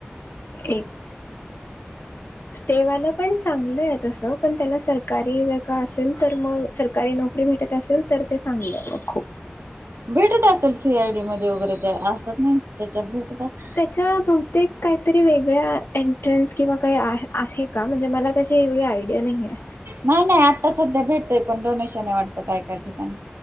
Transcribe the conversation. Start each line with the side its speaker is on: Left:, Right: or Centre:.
Left: एक ते वालं पण चांगलंय तसं, पण त्याला सरकारी जर का असेल तर मग सरकारी नोकरी भेटत असेल तर ते चांगले आहे मग खूप.
Right: भेटत असेल सी आयडी मध्ये वगैरे ते असतात ना, त्याच्यात भेटत असेल.
Left: च्या बहुतेक काहीतरी वेगळ्या एंट्रन्स किंवा काही आ आहे का? म्हणजे मला त्याची एवढी आयडिया नाहीये.
Right: नाही नाही आत्ता सध्या भेटतंय, पण डोनेशन आहे वाटतं काय काय ठिकाणी.